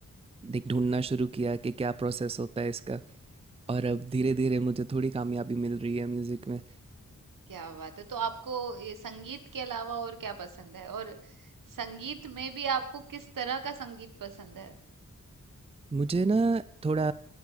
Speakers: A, on the right (about 20°); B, on the right (about 85°).
A: लाइक ढूंढना शुरू किया कि क्या प्रोसेस होता है इसका और अब धीरे धीरे मुझे थोड़ी कामयाबी मिल रही है म्यूज़िक में
B: क्या बात है तो आपको ये संगीत के अलावा और क्या पसंद है और संगीत में भी आपको किस तरह का संगीत पसंद है
A: मुझे ना थोड़ा